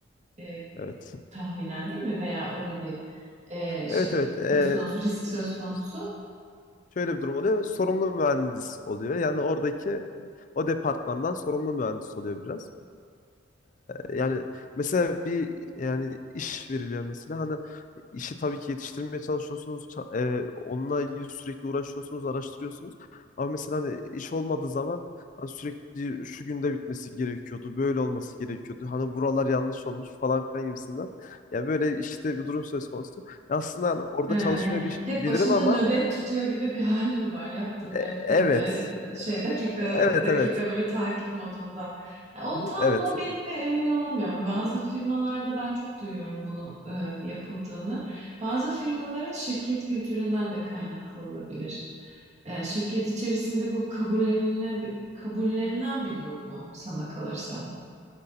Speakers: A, on the right; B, on the left.
A: e,
B: Evet.
A: tahminen değil mi? Veya öyle bir e, şey
B: Evet evet. evet.
A: söz konusu,
B: Ee,
A: risk söz konusu.
B: şöyle bir durum oluyor. Sorumlu mühendis oluyor. Yani oradaki e, o departmandan sorumlu mühendis oluyor biraz. Ee, yani mesela bir yani iş veriliyor mesela hani işi tabii ki yetiştirmeye çalışıyorsunuz ça- e, onunla ilgili sürekli uğraşıyorsunuz araştırıyorsunuz ama mesela hani iş olmadığı zaman hani sürekli şu günde bitmesi gerekiyordu böyle olması gerekiyordu hani buralar yanlış olmuş falan filan gibisinden ya böyle işte bir durum söz konusu Ya aslında hani orada
A: He, yani
B: çalışmayı bi-
A: hep
B: bilirim
A: başında
B: ama
A: nöbet tutuyor gibi bir hali mi var? Yaptın
B: e,
A: mı, ettin
B: evet
A: mi? Şey dakika
B: evet
A: dakika
B: evet
A: böyle takip modunda. Ya o
B: Hı hı,
A: tam
B: evet
A: mobbing mi emin olamıyorum. Bazı firmalarda ben çok duyuyorum bunu e, yapıldığını. Bazı firmaların şirket kültüründen de kaynaklı olabilir. E, şirket içerisinde bu kabullenilen, kabullenilen bir durum mu sana kalırsa?